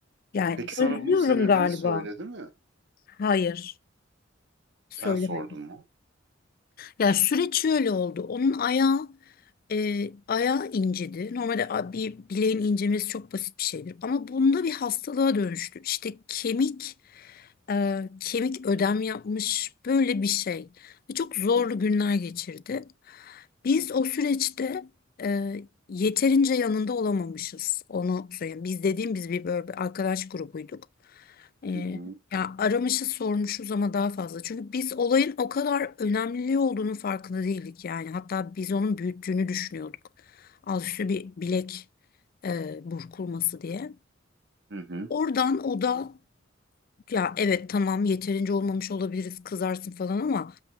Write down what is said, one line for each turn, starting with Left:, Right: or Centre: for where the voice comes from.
Left: Yani
Right: Peki sana
Left: özlüyorum
Right: bunun sebebini
Left: galiba.
Right: söyledi mi?
Left: Hayır, söylemedim.
Right: Sen sordun mu?
Left: Ya süreç şöyle oldu. Onun ayağı e, ayağı incedi. Normalde a- bir bileğin incemesi çok basit bir şeydir. Ama bunda bir hastalığa dönüştü. İşte kemik e, kemik ödem yapmış böyle bir şey ve çok zorlu
Right: Hı
Left: günler geçirdi. Biz
Right: hı.
Left: o süreçte e, yeterince yanında olamamışız. Onu söyleyeyim. Biz dediğim biz bir böyle bir arkadaş grubuyduk. E,
Right: Hı hı.
Left: ya aramışız sormuşuz ama daha fazla. Çünkü biz olayın o kadar önemli olduğunu farkında değildik yani. Hatta biz onun büyüttüğünü düşünüyorduk. Alt üstü bir bilek e, burkulması diye.
Right: Hı hı.
Left: Oradan o da ya evet tamam yeterince olmamış olabiliriz kızarsın falan ama